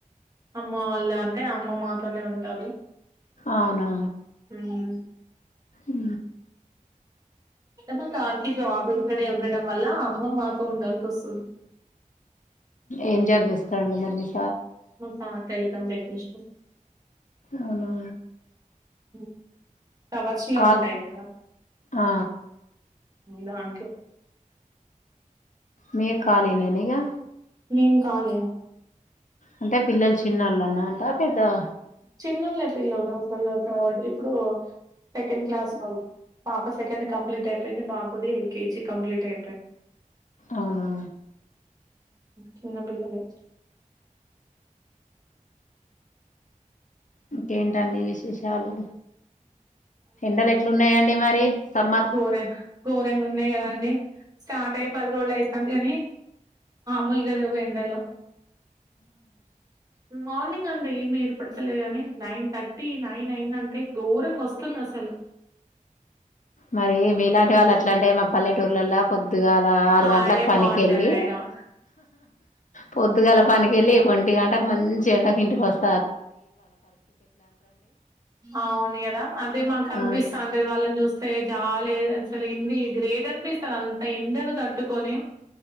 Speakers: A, on the right; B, on the left.
A: అమ్మ వాళ్ళ అంటే, అమ్మ మాతోనే ఉంటది.
B: అవునా
A: ఉమ్ అంటే
B: ఉ
A: మా సార్ కి జాబ్ ఇక్కడే ఉండడం వల్ల అమ్మ మాతో ఉండాల్సి వస్తుంది.
B: ఏం జాబ్ చేస్తారండి మరి మీరు
A: మకా టెలికాం టెక్నీషియన్
B: అవునా
A: హ్మ్ టవర్స్ లో
B: కాల్
A: ఉంటాయి కదా
B: ఆ
A: దాంట్లో
B: మీరు ఖాళీనేనే ఇగా
A: నేను ఖాళీ యే
B: అంటే పిల్లలు చిన్న వాళ్ళన్న అట ఏదా
A: చిన్నోళ్లే పిల్లోలు ఒకల్లు థర్డ్ ఇప్పుడు సెకండ్ క్లాస్ లో పాప సెకండ్ కంప్లీట్ అయిపోయింది బాబుది ఎల్కేజీ కంప్లీట్ అయిపోయింది
B: అవునా
A: చిన్నపిల్లలే
B: ఇంకేంటండి విశేష చాలు ఎండలు ఎట్లున్నాయాండి మరి సమ్మర్
A: గోరంగ గోరంగ ఉన్నాయి కదండి స్టార్ట్ అయి్యి పది రోజులు అవుతుంది కాని మూలుగాలివేండలో మని అంటే ఏమి ఏర్పడతలే ని నైన్ థర్టీ నైన్ అయిన్ అంటే ఘోరంగా వస్తుంది అసలు
B: మరి మీలాంటి వాళ్ళు అట్లా అంటే మా పల్లెటూర్లలో పొద్దుగాల ఆరు
A: ఆడే
B: గంటలకు పనికిళ్ళి
A: బాగుంటది మేడం
B: పొద్దుగాల పనికిళ్ళి ఒంటి గంట మంచి ఎడా క ఇంటి కోస్త
A: అవును కదా అదే మాకు అనిపిస్తాంది
B: ఆ
A: వాళ్ళని చూస్త సరే చాలే అసలు ఏంది గ్రేట్ అనిపిస్తుంది అంత ఎండగా తట్టుకొని